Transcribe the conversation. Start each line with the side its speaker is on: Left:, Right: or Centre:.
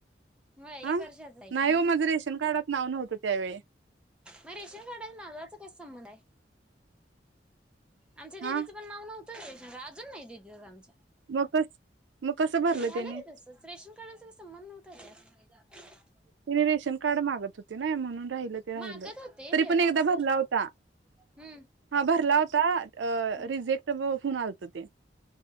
Centre: होय एक
Right: आ
Centre: वर्षाचा आहे
Right: नाही
Centre: की.
Right: हो माझ रेशन कार्डात नाव नव्हतं. त्या वेळी
Centre: म रेशन कार्डाच्या नावावरचा काय संबंध हाय आमच्या दिदीचं
Right: हा
Centre: पण नाव नव्ह त रेशनकार्ड अजून नाय दिदिच आमच्या
Right: मग कस मग कसं भरलं
Centre: झालं
Right: त्याने
Centre: की तसच रेशन कार्डाचा काय संबंध नव्हता हेच्यात <unintelligible>
Right: ते रेशन कार्ड मागत होते नाय म्हणून राहिलं ते राहिलं
Centre: मागत होते
Right: तरी
Centre: झेरॉक्स.
Right: पण एकदा
Centre: हम्म.
Right: भरला होता. हा भरला हो ता अ
Centre: हम्म.
Right: रिजेक्ट होऊन आलत ते